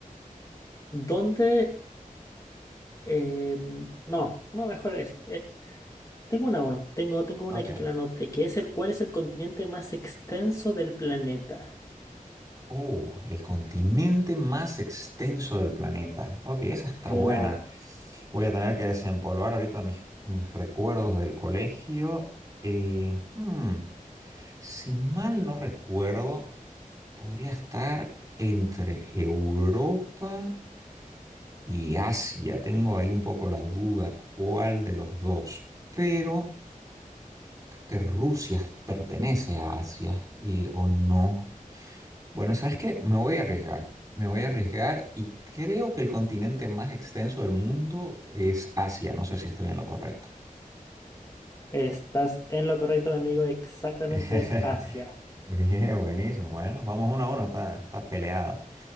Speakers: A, on the left; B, on the right.
A: ¿Dónde? em, no, no, mejor es- eh, tengo una uno. Tengo, tengo una
B: Ok.
A: aquí que la anoté, que es el cuál es el continente más extenso del planeta.
B: Oh, el continente más extenso del planeta. Ok, esa está
A: Claro.
B: buena. Voy a tener que desempolvar ahorita mis, mis recuerdos del colegio. Eh, hmm, si mal no recuerdo, podría estar entre Europa y Asia. Tengo ahí un poco la duda cuál de los dos, pero creo que Rusia pertenece a Asia y o no. Bueno, ¿sabes qué? Me voy a arriesgar. Me voy a arriesgar y creo que el continente más extenso del mundo es Asia. No sé si estoy en lo correcto.
A: Estás en lo correcto, mi amigo. Exactamente
B: <laughs>
A: es Asia.
B: Bien, buenísimo. Bueno, vamos uno a uno, está, está peleado.